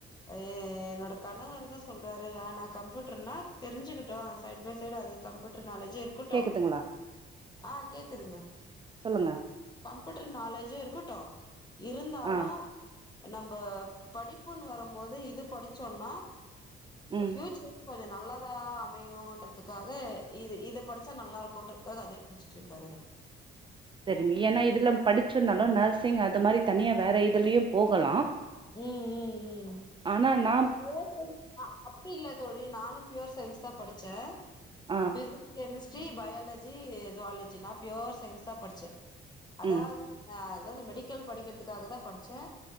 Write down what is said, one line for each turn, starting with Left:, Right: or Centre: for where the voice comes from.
Left: அது என்னோட கணவர்தா சொல்றாரு வேனா கம்ப்யூட்டர்னா தெரிஞ்சிக்கிட்டோ சைட் பை சைடு அது கம்ப்யூட்டர் நாலேஜு இருக்கட்டு
Right: கேக்குதுங்களா?
Left: ஆ கேக்குதுங்க
Right: சொல்லுங்க
Left: கம்ப்யூட்டர் நாலேஜு இருக்குட்டு இருந்தாலு
Right: ஆ.
Left: நம்ப படிப்பூன் வரும்போது இது படிச்சோன்னா
Right: ம்.
Left: ஃப்யூச்சர் கொஞ்சோ நல்லதா அமையுன்றதுக்காக இது இத படிச்சா நல்லாருக்குன்றதுக்காக அதே புடிச்சிட்டுருக்காரு அவ்ரு
Right: செரிங்க என்னா இதுல படிச்சொன்னாலு நர்சிங் அது மாரி தனியா வேற இதுலியும் போகலா
Left: ம் ம் ம்
Right: ஆனா நா
Left: இந்த பியூர் சயின்ஸ் அப்டி இல்ல தோழி நானும் பியூர் சய்ன்ஸ் தா படிச்சே
Right: ஆ.
Left: இது கெமிஸ்ட்ரி பயொலஜி ஜுவாலஜி நா பியூர் சய்ன்ஸ் தா படிச்சே அதாவ்து
Right: ம்.
Left: நா அதாவ்து மெடிக்கல் படிக்கற்துக்காகதா படிச்சே